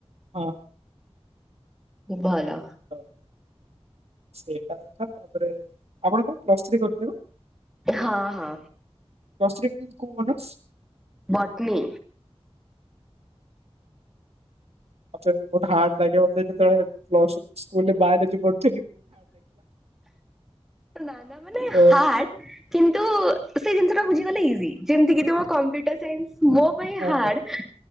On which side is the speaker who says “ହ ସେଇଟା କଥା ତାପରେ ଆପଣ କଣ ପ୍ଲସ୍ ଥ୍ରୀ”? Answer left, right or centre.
Right